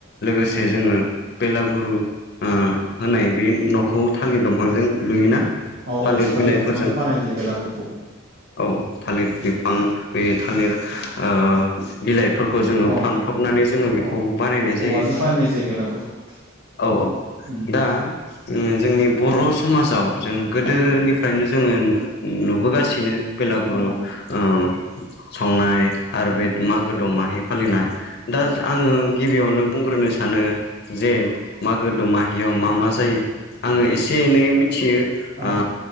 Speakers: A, on the left; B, on the right.
A: लोगोसे
B: औ
A: जोङो बेलागुरु
B: औ
A: होनाय बे न'खौ थालिर दंफांजों लुयोना।
B: औ
A: थालिर
B: औ थालि
A: बिलाइफोरजों
B: दंफांसो बानायनाय जायो बेलागुरखौ
A: औ थालिर बिफां बे थालिर ओ बिलाइफोरखौ जोङो
B: औ
A: फानफबनानै जोङो बेखौ
B: औ औ
A: बानायनाय जायो।
B: <unintelligible>
A: औ औ
B: उम
A: दा जोंनि बर' समाजाव जों गोदोनिफ्रायनो जोङो नुबोगासिनो बेलागुरु
B: औ
A: ओ सावनाय आरो
B: औ
A: बे मागो दमाहि फालिनाय दा
B: औ
A: आङो गिबियावनो बुंग्रोनो सानो जे मागो दमाहियाव मा मा जायो आङो एसे एनै मिथियो ओ
B: औ